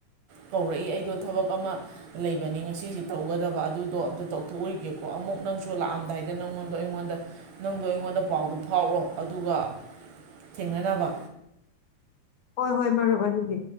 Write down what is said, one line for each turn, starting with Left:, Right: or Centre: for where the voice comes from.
Right: ꯀꯧꯔꯛꯏ ꯑꯩꯗꯣ ꯊꯕꯛ ꯑꯃ ꯂꯩꯕꯅꯤ ꯉꯁꯤꯁꯤ ꯇꯧꯒꯗꯕ ꯑꯗꯨꯗꯣ ꯑꯝꯇ ꯇꯧꯊꯣꯛꯎꯔꯤꯒꯦꯀꯣ ꯑꯃꯨꯛ ꯅꯪꯁꯨ ꯂꯥꯛꯑꯝꯗꯥꯏꯗ ꯅꯪꯉꯣꯟꯗꯣ ꯑꯩꯉꯣꯟꯗ ꯅꯪꯗꯣ ꯑꯩꯉꯣꯟꯗ ꯄꯥꯎꯗꯣ ꯐꯥꯎꯔꯣ ꯑꯗꯨꯒ ꯊꯦꯡꯅꯅꯕ
Left: ꯍꯣꯏ ꯍꯣꯏ ꯃꯔꯨꯞ ꯑꯗꯨꯗꯤ